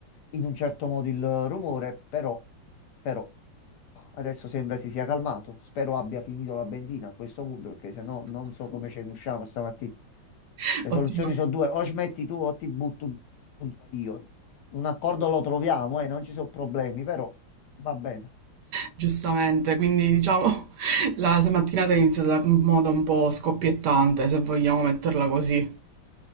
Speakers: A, on the left (about 70°); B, on the right (about 70°).
A: in un certo modo il rumore, però, però adesso sembra si sia calmato. Spero abbia finito la benzina a questo punto, perché se no non so come ce ne usciamo stamattina.
B: <laughs>
A: Le
B: ottima.
A: soluzioni sono due, o smetti tu o ti butto un- io. Un accordo lo troviamo e non ci sono problemi, però va bene.
B: Giustamente, quindi diciamo <laughs> la mattinata è iniziata in modo un po' scoppiettante, se vogliamo metterla così.